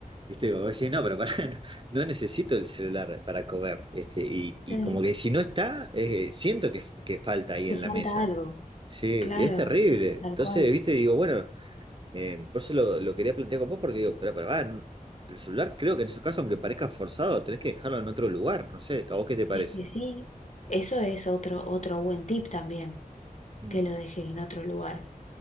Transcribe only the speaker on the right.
Viste, digo, oye, no, pero pará, <laughs> no, no necesito el celular para comer. Este, y, y
como que si no está, eh, siento que, que falta ahí
en
la mesa.
Sí,
es terrible.
Entonces,
viste, digo, bueno. Eh, por eso lo, lo quería plantear con vos, porque digo, pero, pero, ah, no- el celular creo que en esos casos, aunque parezca forzado, tenés que dejarlo en otro lugar, no sé, ¿a vos qué te parece?
Mm,